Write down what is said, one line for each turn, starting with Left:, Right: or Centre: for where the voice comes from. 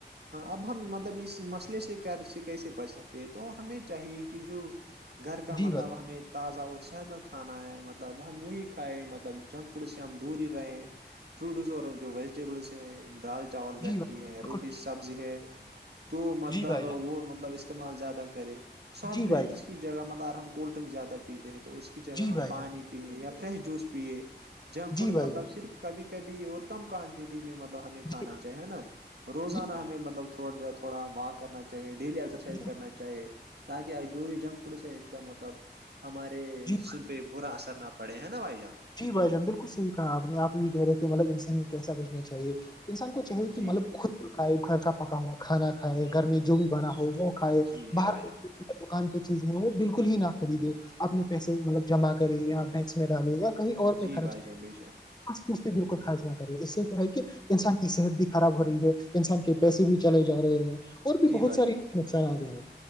Right: اب ہم مطلب اس مسئلے سے کیسے بچ سکتے ہیں تو ہمیں چاہیے کہ جو گھر کا مطلب
Left: جی بھائی
Right: ہمیں تازہ اور صحت مند کھانا ہے مطلب ہم وہی کھائےیں مطلب جنک فوڈ سے ہم دور ہی رہے فروٹز اور جو ویجیٹیبلس ہیں دال چاول
Left: جی
Right: گھر
Left: بھائی
Right: کی ہے
Left: بالکل
Right: روٹی سبزی ہے تو مطلب
Left: جی بھائی
Right: وہ
Left: جان
Right: مطلب استعمال زیادہ کرے سافٹ
Left: جی
Right: ڈرنک
Left: بھائی جان
Right: ک کی جگہ مطلب ہم کولڈ ڈرنک زیادہ پیتے ہیں تو اس کی جگہ
Left: جی
Right: ہم
Left: بھائی
Right: پانی
Left: جان
Right: پیئے یا فریش جوس پیے جنک فوڈز
Left: جی بھائی
Right: مطلب
Left: جان
Right: صرف کبھی کبھی اور کم کوانٹٹی میں ملب ب ہمیں
Left: جی
Right: کھانا چاہے ہے نا روزانہ
Left: جی
Right: ہمیں مطلب تھاا تھوڑا و کرنا چاہیے ڈیلی ایکسرسائز
Left: جی
Right: کرنا چاہیے تاکہ جو یہ جنک فوڈس ہے ان کا مطلب ہمارے
Left: جی
Right: جسم پہ برا اثر نہ پڑے ہے نا بھائی جان
Left: جی بھائی جان بالکل صحیح کہا آپ آپ بھی کہہ رہے تھے مطلب ان کیسا بچنا چاہیے انسان کو چاہیے کہ
Right: جی
Left: مطلب
Right: جی
Left: خود پکائے گھر کا پکا ہوا کانا کھائے گھر میں جو بھی بنا ہو وہ کھائے
Right: جی جی
Left: باہر
Right: بھائی
Left: کو
Right: جان
Left: دکان پہ چیزیں ہیں وہ بالکل ہی نہ خریدے اپنے پیسے مطلب جمع کرے یا بینکس میں ڈالے یا کہیں اور پہ
Right: جی
Left: خرچ
Right: بھائی جان بے شک
Left: کچ پہ بالکل خرچ نہ کرے اس سے کیا ہے کہ انسان کی صحت بھی خراب ہو رہی ہے انسان کے پیسے بھی چلے جا رہے ہیں اور بھی
Right: جی
Left: بہت
Right: بھائی
Left: سارے
Right: جان
Left: نقصان آ رہے ہیں